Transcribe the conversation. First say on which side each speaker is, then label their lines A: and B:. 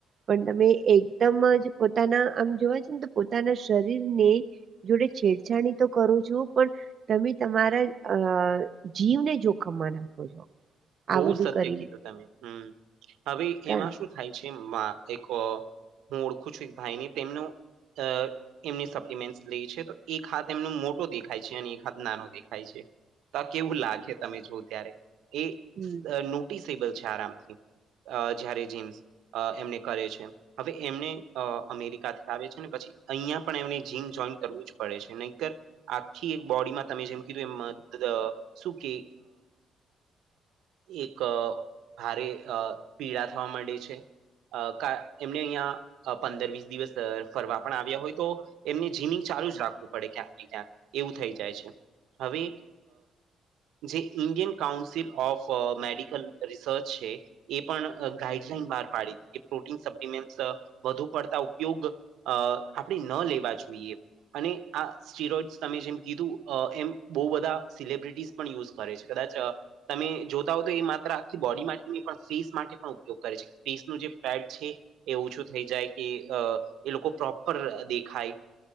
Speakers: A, on the right; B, on the right.
A: પણ તમે એકદમ જ પોતાના આમ જોવા છે, ને તો પોતાના શરીર ને જોડે છેડછાણી તો કરું છું પણ તમે તમારા અ જીવને જોખમમાં નાખો છો.
B: બહુ
A: આ બધું
B: સત્ય
A: કરીને
B: કીધું, તમે હમ હવે
A: કામ
B: એમાં શું થાય છે <unintelligible> હું ઓળખું છું, એક ભાઈને તેમનો અ એમની સપ્લિમેન્ટસ લે છે, તો એક હાથ એમનો મોટો દેખાય છે અને એક હાથ નાનો દેખાય છે. તો કેવું લાગે તમે જો ત્યારે એ
A: હમ
B: અ નોટિસેબલ છે, આરામથી જયારે જેમ્સ એમને કરે છે. હવે એમને અમેરિકાથી આવે છે, ને પછી અહીંયા પણ એમને જીમ જોઈન કરવું જ પડે છે નહીતર આખી એક બોડીમાં તમે જેમ કીધું એ શું કે એક ભારે અ પીડા થવા માંડે છે. ક એમને અહિયાયા પંદર વીસ દિવસ ફરવા પણ આવ્યા હોય, તો એમને જીમિંગ ચાલુ જ રાખવું પડે ક્યાંક ને ક્યાંક એવું થઈ જાય છે. હવે જે Indian council of medical research છે, એ પણ ગાઈડલાઈન બહાર પાડી કે પ્રોટીન સપ્લમેન્ટ વધુ પડતા ઉપયોગ અ આપણે ન લેવા જોઈએ અને આ સ્ટીરોઈડ તમે જેમ કીધું એમ બહુ બધા સિલબ્રિટીસ પણ યુઝ કરે છે, કદાચ તમે જોતા હો તો એ માત્ર આખી બોડી માટે પણ ફેસ માટે પણ ઉપયોગ કરે છે, ફેસનું જે પેડ છે એવુંછું થઈ જાય કે એ લોકો પ્રોપર દેખાય.